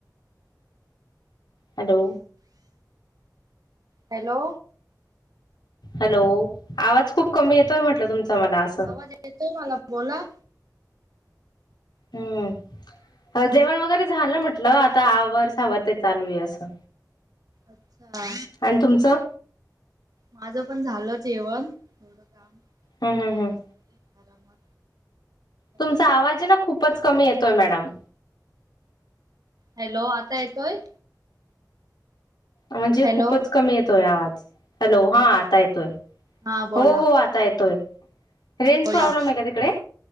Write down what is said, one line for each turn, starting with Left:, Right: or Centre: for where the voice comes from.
Left: हॅलो
Right: हॅलो
Left: हॅलो आवाज खूप कमी येतोय म्हटलं तुमचं मला असं
Right: आवाज येतोय मला बोला
Left: हम्म जेवण वगैरे झालं म्हटलं आता आवर सावर ते चालू आहे असं
Right: अच्छा
Left: आणि तुमचं
Right: माझ पण झालं जेवण थोडं काम
Left: हम् हम्
Right: आहे
Left: हम्
Right: बस आरामात
Left: तुमचा
Right: कुठे
Left: आवाज
Right: जा
Left: आहे ना खूपच कमी येतोय मॅडम
Right: हॅलो आता येतोय.
Left: म्हणजे
Right: हॅलो
Left: खूपच कमी येतोय आवाज हॅलो हा आता येतोय
Right: हा बोला
Left: हो हो आता येतोय रेंज
Right: बोला
Left: प्रॉब्लेम आहे का तिकडे